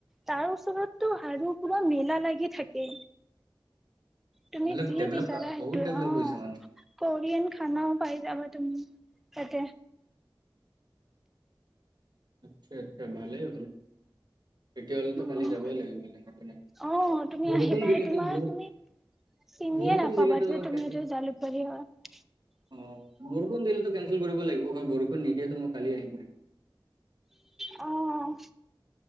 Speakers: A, in the centre; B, on the right (about 55°).
A: তাৰ ওচৰতটো আৰু পুৰা মেলা লাগি থাকে। তুমি
B: অলপ
A: যি
B: ডেভলপ
A: বিচাৰা সেইটো,
B: বহুত ডেভলপ
A: অ'
B: হৈছে মানে।
A: ক'ৰিয়ান খানাও পাই যাবা তম তাতে।
B: আচ্ছা আচ্ছা ভালেই। তেতিয়াহ'লেতো
A: উম
B: কালি যাবই লাগিব সেইপিনে।
A: অ' তুমি
B: বৰষুণ
A: আহিবা
B: দিলেতো
A: তোমাৰ
B: বৰষু
A: তুমি চিনিয়ে
B: বৰষুণ
A: নাপাবা
B: দিলেতো
A: যে তুমি
B: কেনচেল।
A: এইটো জালুকবাৰী হয়
B: অ' বৰষুণ দিল কেনচেল কৰিব লাগিব। বৰষুণ নিদিয়েতো মই কালি আহিম ন?
A: অ'।